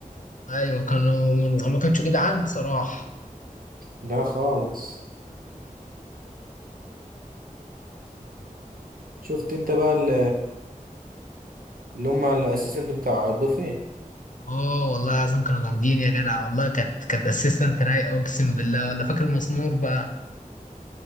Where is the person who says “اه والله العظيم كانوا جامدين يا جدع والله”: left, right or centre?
Left